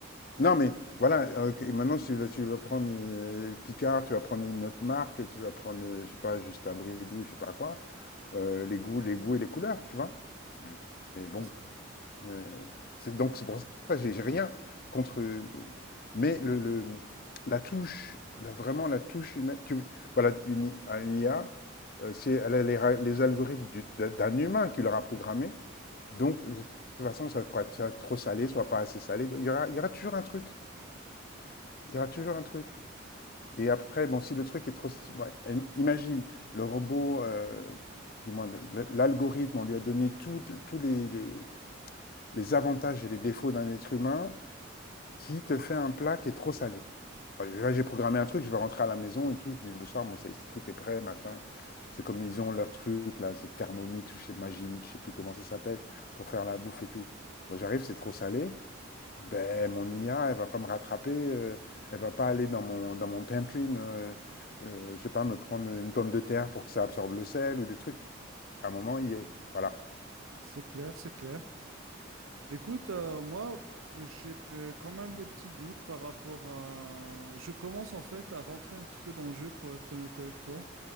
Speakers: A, on the left; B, on the right.
A: Non, mais voilà, euh, que- maintenant, si tu vas, tu vas prendre euh, Picard, tu vas prendre une autre marque, tu vas prendre, euh, je sais pas, juste un bridou, je sais pas quoi, euh, les goûts, les goûts et les couleurs, tu vois. Mais bon,
B: C'est ça.
A: Heu, c'est donc c'est pour ça que j'ai j'ai rien contre, euh, mais le le la touche, la vraiment la touche humaine tu voilà une I à une IA, heu, si elle a les ra les algorithmes du d'un d'un humain qui l'aura programmé, donc de toute façon ça pourra être soit trop salé, soit pas assez salé, donc il y aura il y aura toujours un truc, il y aura toujours un truc et après bon si le truc est trop ouais, imagine le robot, heu, du moins le l'algorithme, on lui a donné toutes tous les les les avantages et les défauts d'un être humain qui te fait un plat qui est trop salé. Enfin, là, j'ai programmé un truc, je vais rentrer à la maison et tout, je dis le soir, bon, ça, tout est prêt, machin. C'est comme ils ont leur truc, là, c'est Thermomix ou chez Magimix, je sais plus comment ça s'appelle, pour faire la bouffe et tout. Moi, j'arrive, c'est trop salé. Ben, mon IA, elle va pas me rattraper, euh, elle va pas aller dans mon, dans mon pantry, mais, euh, euh, je sais pas, me prendre une pomme de terre pour que ça absorbe le sel ou des trucs. À un moment, il y est. Voilà.
B: C'est clair, c'est clair. Écoute, euh, moi, j'ai euh, quand même des petits doutes par rapport à... Je commence en fait à rentrer un petit peu dans le jeu, pour être honnête avec toi.